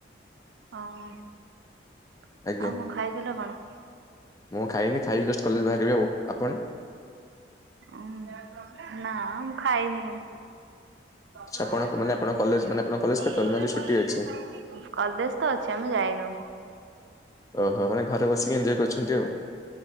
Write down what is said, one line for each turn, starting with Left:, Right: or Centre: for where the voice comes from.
Right: ଓହୋ ଆଉ
Left: ଆଜ୍ଞା
Right: କଣ ଖାଇଥିଲ କଣ?
Left: ମୁଁ ଖାଇନି ଖାଇକି ଯଷ୍ଟ କଲେଜ ବାହାରିବି ଆଉ ଆପଣ?
Right: ଉଁ ନା ମୁଁ ଖାଇନି। <unintelligible>
Left: ଆଚ୍ଛା ଆପଣ ମାନେ ଆପଣ କଲେଜ ମାନେ ଆପଣ କଲେଜ କେତେବେଳେ ନା ଆଜି ଛୁଟି ଅଛି
Right: କଲେଜ ତ ଅଛି ଆମେ ଯାଇନୁ।
Left: ଓହୋ ମାନେ ଘରେ ବସିକି ଏଞଜୟ କରୁଛନ୍ତି ଆଉ।